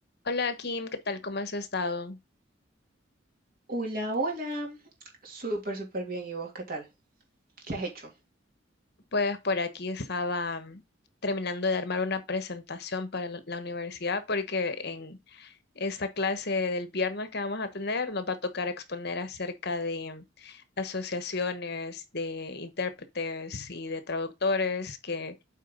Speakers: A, on the left; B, on the right.
A: Hola Kim, ¿qué tal? ¿Cómo has estado?
B: Hola, hola. Súper, súper bien. ¿Y vos qué tal? ¿Qué has hecho?
A: Pues por aquí estaba mm, terminando de armar una presentación para la, la universidad porque en esta clase del viernes que vamos a tener nos va a tocar exponer acerca de mm, asociaciones de intérpretes y de traductores que